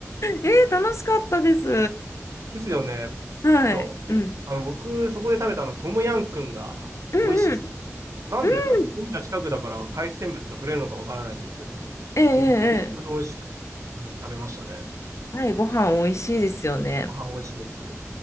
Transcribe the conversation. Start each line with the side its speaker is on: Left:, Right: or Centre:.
Left: えー、楽しかったです。
Right: ですよね。
Left: はい。
Right: そう。
Left: うん
Right: あの、僕、そこで食べたの、トムヤンくんが美味しすぎて。
Left: うんうん。
Right: なんでですかね海が近くだから海鮮物が取れるのかわからないんですけども、
Left: うん。ええええ。
Right: すごい美味しく、
Left: ええ
Right: うん食べましたね。
Left: はい、ご飯美味しいですよね。
Right: ご飯美味しいです。